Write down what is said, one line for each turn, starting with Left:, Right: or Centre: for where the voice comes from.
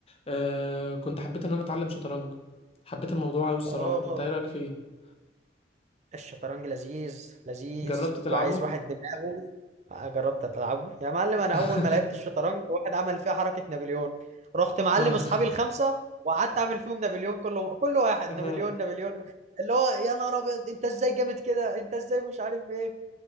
Left: آه كنت حبيت ان انا اتعلم شطرنج حبيت الموضوع قوي الصراحه
Right: اه
Left: انت ايه رايك فيه
Right: الشطرنج لذيذ لذيذ
Left: جربت تلعبه
Right: وعايز واحد دماغه آه، جربت تلعبه يا معلم انا
Left: <laughs>
Right: اول ما لعبت الشطرنج واحد عمل فيها حركة نابليون رحت معلم
Left: اه
Right: اصحابي الخمسة وقعدت اعمل فيهم نابليون كله كل واحد
Left: <laughs> آه،
Right: نابليون نابليون اللي هو يا نهار ابيض انت ازاي جامد كده انت ازاي مش عارف ايه